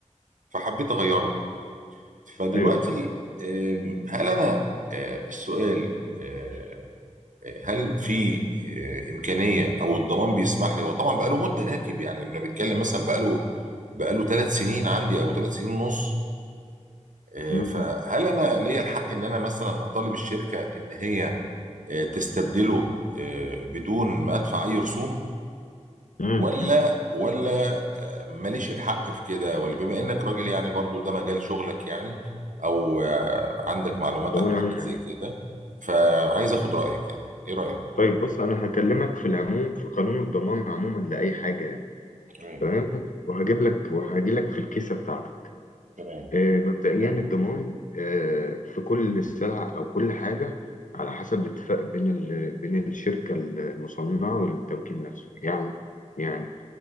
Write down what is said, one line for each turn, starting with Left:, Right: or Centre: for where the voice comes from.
Right: فحبيت اغيره فدلوقتي
Left: ايوه بالظبط
Right: آم، هل انا آه، السؤال آه، آه، هل في آه، امكانيه او الضمان بيسمح لي هو طبعا بقاله مده راكب يعني انا بتكلم مثلا بقاله بقاله ثلاث سنين عندي او ثلاث سنين ونص آه،
Left: امم
Right: فهل انا ليا الحق ان انا مثلا اطالب الشركه ان هي آه، تستبدله آه، بدون ما ادفع اي رسوم
Left: امم
Right: ولا ولا ماليش الحق في كده ولا بما انك راجل يعني برضو ده مجال شغلك يعني او آه، عندك معلومات
Left: الضمان
Right: عن حاجات
Left: عموما
Right: زي كده فعايز اخد رأيك يعني ايه رأيك
Left: طيب بص انا هكلمك في العموم في قانون الضمان عموما لاي حاجه يعني
Right: تمام
Left: تمام وهجيب لك وهجي لك في الكيسه بتاعتك
Right: تمام
Left: آه مبدئيا
Right: آه.
Left: الضمان آه في كل سلعه او كل حاجه على حسب اتفاق بين ال... بين الشركه المصنعه والتوكيل نفسه يعني يعني